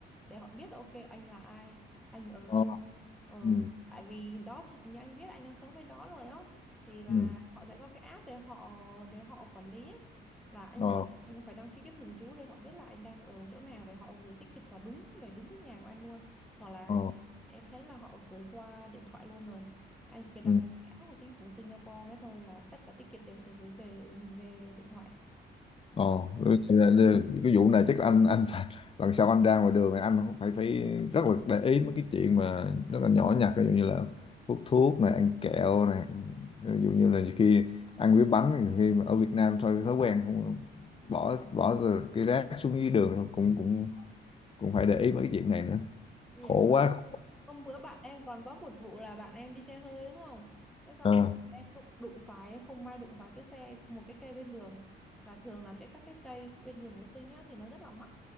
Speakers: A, in the centre; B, on the left.
A: để họ biết ok anh là ai, anh ở
B: ờ
A: đâu, Ờ,
B: ừ
A: tại vì đó thì như anh biết anh đang sống bên đó rồi á thì là
B: ừ
A: họ sẽ có cái app để họ để họ quản lý á là anh
B: ờ
A: ở anh phải đăng ký cái thường trú để họ biết là anh đang ở chỗ nào để họ gửi ticket vào đúng về đúng cái nhà của anh luôn hoặc là
B: ờ
A: em thấy là họ gửi qua điện thoại luôn rồi anh chỉ cần đăng
B: ừ
A: ký cái app của chính phủ Singapore cái thôi là tất cả ticket đều sẽ gửi về về điện thoại
B: Ồ,
A: đó
B: ừ, là- là- cái vụ này chắc anh anh phải lần sau anh ra ngoài đường thì anh phải phải rất là để ý mấy cái chuyện mà rất là nhỏ nhặt ví dụ như là hút thuốc này ăn kẹo này ví dụ như là nhiều khi ăn cái bánh nhiều khi mà ở Việt Nam thôi thói quen không bỏ bỏ rồi cái rác xuống dưới đường thôi, cũng cũng cũng phải để ý mấy cái chuyện này nữa
A: yeah.
B: khổ quá
A: Hôm bữa bạn em còn có một vụ là bạn em đi xe hơi đúng không? Thế xong
B: à,
A: bạn em đụng đụng phải không may đụng phải cái xe một cái cây bên đường và thường là cái các cái cây bên đường của Sinh á thì nó rất là mắc